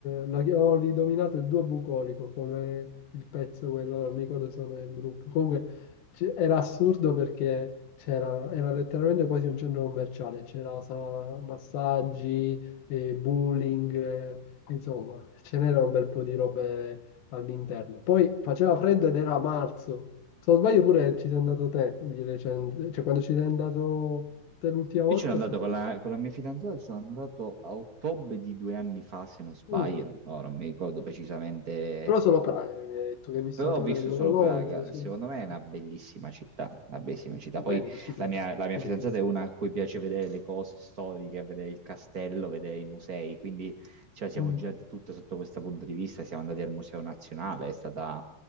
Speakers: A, on the left (about 80°); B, on the right (about 45°).
A: lo chi- ho ridominato il Duo Bucolico come il pezzo quello, non mi ricordo se non è il gruppo. Comunque c- era assurdo perché c'era, era letteralmente quasi un centro commerciale, c'era sa- massaggi e bowling, eh, insomma, ce n'era un bel po' di robe all'interno. Poi faceva freddo ed era marzo. Se non sbaglio pure ci sei andato te di recente, cioè quando ci sei andato te l'ultima volta
B: Io ci sono andato
A: è stato...
B: con la, con la mia fidanzata, ci sono andato a ottobre di due anni fa, se non sbaglio,
A: Mm.
B: non, no, non mi ricordo precisamente,
A: Però solo Praga che mi hai detto che hai visto
B: però
A: la torre
B: ho visto
A: dell'orologio,
B: solo Praga,
A: sì.
B: secondo me è una
A: Sì.
B: bellissima città, una bellissima città.
A: Stupendo,
B: Poi
A: stupendo,
B: la mia, la mia
A: pulitissimo.
B: fidanzata è una a cui piace vedere le cose storiche, vedere il castello, vedere i musei, quindi ce la siamo
A: Mm,
B: girati tutte sotto questo punto di vista, siamo andati al Museo Nazionale, è stata